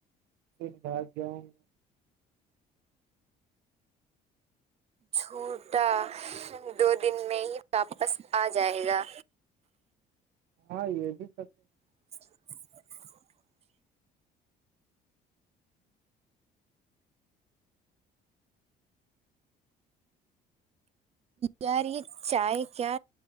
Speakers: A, on the right; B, on the right.
A: دن بھاگیہ ہوں
B: جھوٹا دو دن میں ہی واپس آجائے گا
A: ہاں یہ بھی سچ
B: <inaudible> یار یہ چائے کیا